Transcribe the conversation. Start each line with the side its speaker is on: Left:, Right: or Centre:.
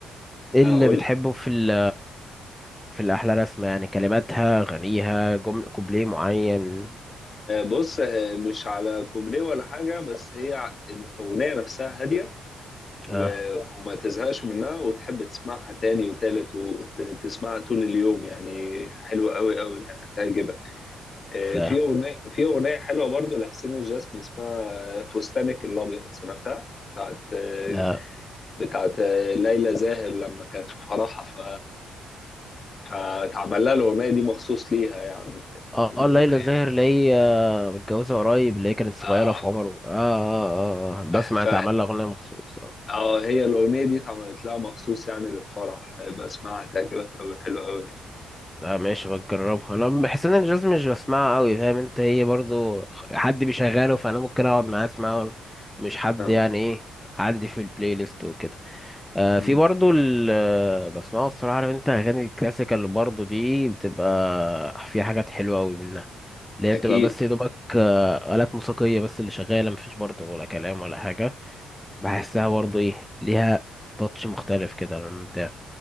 Centre: ايه
Left: اقول
Centre: اللي بتحبه في ال في الأحلى رسمة يعني كلماتها غنيها جمل كوبليه معين
Left: آه، بص آه، مش على كوبليه ولا حاجة بس هي ع- الأغنية نفسها هادية و-
Centre: اه
Left: وما تزهقش منها وتحب تسمعها تاني وتالت وتسمعها طول اليوم يعني حلوة أوي أوي يعني هتعجبك آه،
Centre: ف
Left: في أغنية في أغنية حلوة برضو لحسين الجسمي اسمها آه، فستانك الأبيض سمعتها؟ بتاعت آه،
Centre: لا
Left: بتاعت آه، ليلى زاهر لما كانت في فرحها ف فاتعمل لها الأغنية دي مخصوص ليها يعني
Centre: اه
Left: الأغنية
Centre: اه ليلى زاهر اللي هي متجوزة قريب اللي هي كانت صغيرة
Left: آه،
Centre: في عمر اه اه اه آه. بسمع
Left: ف...
Centre: اتعمل لها أغنية مخصوص اه
Left: اه هي الأغنية دي اتعملت لها مخصوص يعني للفرح هيبقى اسمعها هتعجبك أوي حلوة أوي يعني
Centre: لا ماشي بجربها انا بحس ان الجاز مش بسمعها قوي فاهم انت هي برضو حد بيشغله فانا ممكن اقعد معاه اسمعه مش حد
Left: اه
Centre: يعني ايه عندي في البلاي ليست وكده آه
Left: مم.
Centre: في برضو ال آه، بسمعه الصراحة عارف انت أغاني الكلاسيكال برضو دي بتبقى فيها حاجات حلوة أوي منها اللي هي
Left: أكيد
Centre: بتبقى بس يا دوبك آه، آلات موسيقية بس اللي شغالة مفيش برضو ولا كلام ولا حاجة بحسها برضو ايه ليها تاتش مختلف كده للممتع